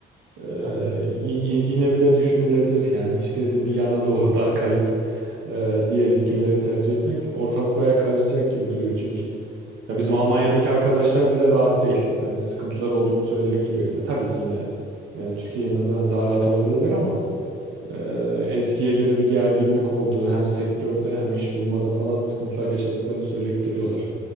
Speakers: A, on the right (about 85°); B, on the right (about 30°).
A: Ee,
B: Tabii canım.
A: y- yine bile düşünülebilir yani hiç değilse bir yana doğru daha kayıp e, diğer ülkeleri tercih etmek ortalık baya karışacak gibi duruyor çünkü. Ya
B: Evet
A: bizim Almanya'daki
B: evet. Orası.
A: arkadaşlar bile rahat değil. Hani sıkıntılar olduğunu söyleyip duruyor. Ya tabii ki yine e, Türkiye'ye nazaran daha rahat olabilirler ama e, eskiye göre bir gerginlik olduğu hem sektörde hem iş bulmada falan sıkıntılar yaşadıklarını söyleyip duruyorlar.